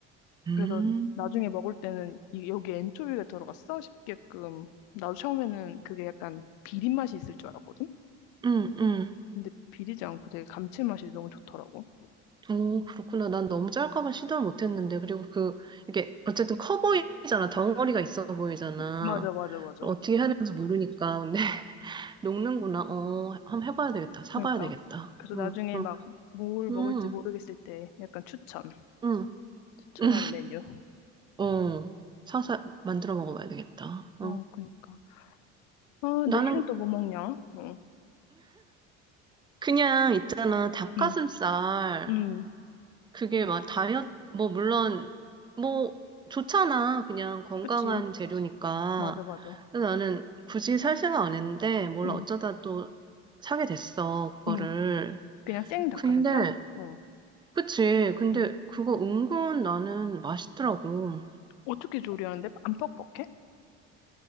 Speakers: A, on the right; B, on the left.
A: 음,
B: 그래서 나중에 먹을 때는 이, 여기 엔초비가 들어갔어? 싶게끔. 나도 처음에는 그게 약간 비린 맛이 있을 줄 알았거든?
A: 음, 음.
B: 근데 비리지 않고 되게 감칠맛이 너무 좋더라고.
A: 오, 그렇구나. 난 너무 짤까봐 시도를 못했는데. 그리고 그, 이게, 어쨌든 커 보이잖아. 덩어리가 있어 보이잖아.
B: 맞아, 맞아, 맞아.
A: 그걸 어떻게 해야 되는지 모르니까. 근데, <laughs> 녹는구나. 어, 한번 해봐야 되겠다. 사봐야
B: 그러니까
A: 되겠다.
B: 그래서
A: 응,
B: 나중에
A: 응,
B: 막 뭘
A: 응,
B: 먹을지 모르겠을 때 약간 추천
A: 응,
B: 추천하는
A: 응.
B: 메뉴.
A: 어, 사서 만들어 먹어봐야 되겠다. 어.
B: 어, 그러니까. 아,
A: 나는
B: 내일은 또 뭐 먹냐? 응,
A: 그냥 있잖아. 닭가슴살.
B: 응, 응.
A: 그게 막 다이어트, 뭐, 물론, 뭐, 좋잖아. 그냥 건강한
B: 그치.
A: 재료니까.
B: 맞아, 맞아.
A: 그래서 나는 굳이 살 생각 안 했는데, 몰라,
B: 응,
A: 어쩌다 또 사게 됐어, 그거를.
B: 응. 그냥 생 닭가슴살?
A: 근데,
B: 응,
A: 그치. 근데
B: 응.
A: 그거 은근 나는 맛있더라고.
B: 어떻게 조리하는데? 안 퍽퍽해?